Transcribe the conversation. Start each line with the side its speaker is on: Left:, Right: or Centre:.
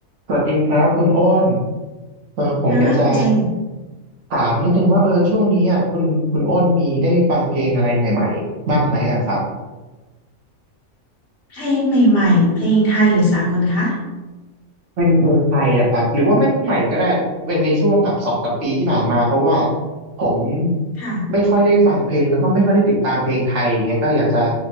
Right: สวัสดีครับคุณอ้นเออผมอยากจะ
Left: ค่ะคุณเจน
Right: ถามนิดนึงว่าเออช่วงนี้อ่ะคุณคุณอ้นมีได้ฟังเพลงอะไรใหม่ๆบ้างไหมอ่ะครับ
Left: เพลงใหม่ๆเพลงไทยหรือสากลคะ
Right: เป็นเพลงไทยอ่ะครับหรือว่าไม่ใหม่ก็ได้ในในช่วงแบบสองสามปีที่ผ่านมาเพราะว่าผม
Left: ค่ะ
Right: ไม่ค่อยได้ฟังเพลงแล้วก็ไม่ค่อยได้ติดตามเพลงไทยอย่างเงี้ยก็อยากจะ